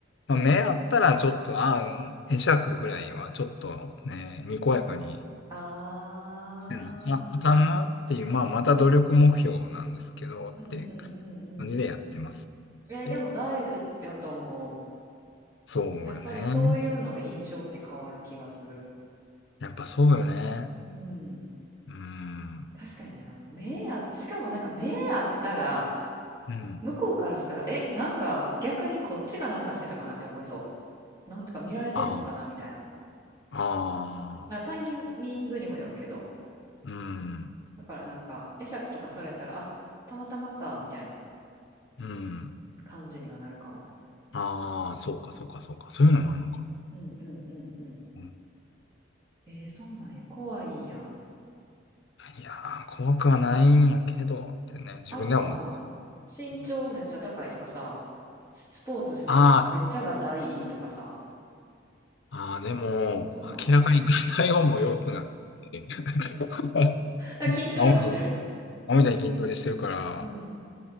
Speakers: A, on the left (about 60°); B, on the right (about 20°).
A: まあ、目あったらちょっと、ああ、会釈ぐらいはちょっとね、にこやかに
B: ああ。
A: てなきゃあかんなっていう、まあ、また努力目標なんですけど、って
B: うんうんうんうん。
A: 感じでやってます
B: えーでも大事やと思う。
A: って。そうよね。
B: やっぱりそういうので印象って変わる気がする。
A: やっぱそうよね。
B: うん。
A: うん。
B: 確かにな。目あ、しかもなんか目あったら、
A: うん。
B: 向こうからしたら、え、なんか逆にこっちがなんかしてたかなって思いそう。なんとか見られてたんかなみたいな。
A: ああ。ああ。
B: な、タイミングにもよるけど、
A: うん。
B: だからなんか会釈とかされたら、あ、たまたまか、みたいな
A: うん。
B: 感じにはなるかも。
A: ああ、そうか、そうか、そうか。そういうのもあるのか。
B: うん、うん、うん、うん、うん。
A: うん、
B: えー、そうなんや。怖いんや。
A: いやー、怖くはないんやけど、ってね、自分では思って。
B: あれかな、身長めっちゃ高いとかさ、
A: うん
B: スポーツしてたからめっちゃがたいいいとかさ、
A: あーあー、でも、
B: そういうのあんのかな。
A: 明らかに体温も良くなって。<laughs>
B: あ、筋トレもしてるやん。
A: 青みたいに、青みたいに筋トレしてるから、
B: うん。